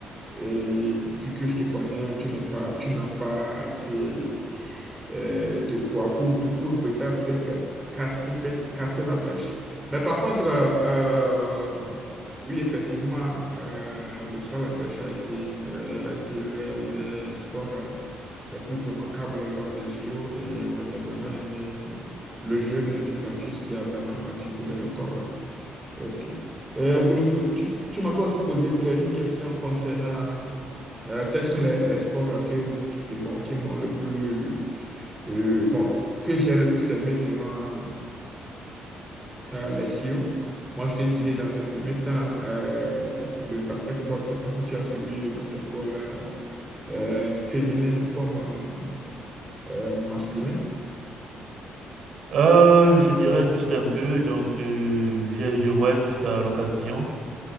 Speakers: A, on the right; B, on the right.
A: Et vu que je te connais, tu n'es pas, tu n'as pas assez euh, de poids pour, pour, pour prétendre peut-être casser cette, casser la pêche. Mais par contre, euh, euh, oui, effectivement, euh, le saut à la pêche a été très, a été l'un des sports euh, les plus remarquables lors des JO. Et moi, j'ai vraiment aimé le jeune du Plantus qui a vraiment battu tous les records. Ok. Euh, je me sou- Tu, tu m'avais aussi posé une, que- une question concernant euh, quels sont les, les sports que, qui, bon, qui m'ont le plus, euh, bon, que j'ai le plus aimé durant euh, les JO. Moi, je te dirais dans un premier temps euh, le basketball. Je ne sais pas si tu as suivi le basketball euh, euh, féminin tout comme euh, euh, masculin.
B: Euh, je dirais juste un peu, donc euh, je, je voyais juste à l'occasion.